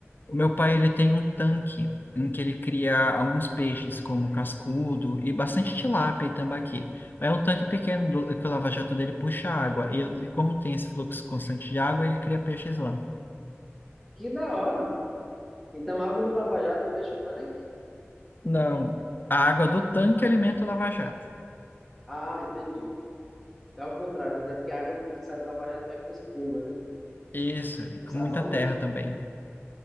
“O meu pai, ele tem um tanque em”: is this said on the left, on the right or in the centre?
Left